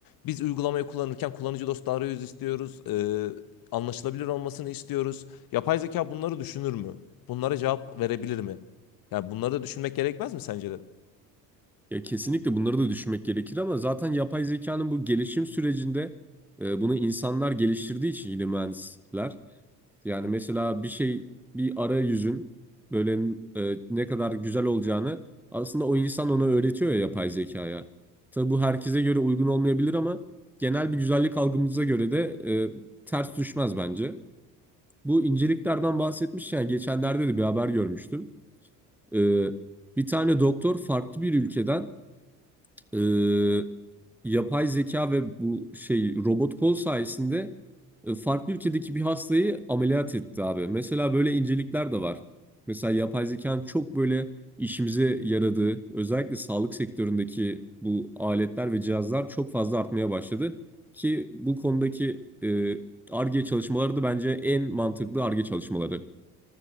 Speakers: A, on the left; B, in the centre.
A: biz uygulamayı kullanırken kullanıcı dostu arayüz istiyoruz, e, anlaşılabilir olmasını istiyoruz. Yapay zeka bunları düşünür mü? Bunlara cevap verebilir mi? Ya bunları da düşünmek gerekmez mi sence de?
B: Ya kesinlikle bunları da düşünmek gerekir ama zaten yapay zekanın bu gelişim sürecinde e, bunu insanlar geliştirdiği için yine mühendisler. Yani mesela bir şey, bir arayüzün böyle e, ne kadar güzel olacağını aslında o insan ona öğretiyor ya yapay zekaya. Tabii bu herkese göre uygun olmayabilir ama genel bir güzellik algımıza göre de e, ters düşmez bence. Bu inceliklerden bahsetmişken geçenlerde de bir haber görmüştüm. Ee, bir tane doktor farklı bir ülkeden e, yapay zeka ve bu şey robot kol sayesinde e, farklı ülkedeki bir hastayı ameliyat etti abi. Mesela böyle incelikler de var. Mesela yapay zekanın çok böyle işimize yaradığı, özellikle sağlık sektöründeki bu aletler ve cihazlar çok fazla artmaya başladı. Ki bu konudaki e, Ar-Ge çalışmaları da bence en mantıklı Ar-Ge çalışmaları.